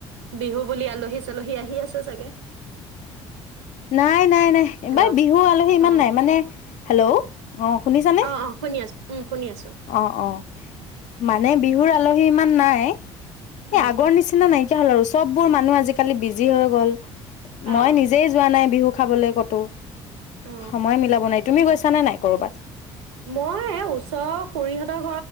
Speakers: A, on the right (about 80°); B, on the left (about 55°).
A: বিহু বুলি আলহী চালহী আহি আছে, চাগে?
B: নাই নাই নাই এইবাৰ
A: হেল্ল'
B: বিহু আলহী ইমান
A: অ
B: নাই মানে হেল্ল' অ শুনিছানে
A: অ অ, শুনি আছো উম শুনি আছো।
B: অ অ মানে বিহুৰ আলহী ইমান নাই এই
A: অ
B: আগৰ নিচিনা নাই কি হ'ল আৰু চববোৰ মানুহ আজিকালি বিজি হৈ গ'ল।
A: অ
B: মই নিজেই নাই বিহু খাবলৈ কতো।
A: অ
B: সময় মিলাব নাই তুমি গৈছ ছানে নাই কৰবাত?
A: মই এই ওচৰৰ খুৰীহঁতৰ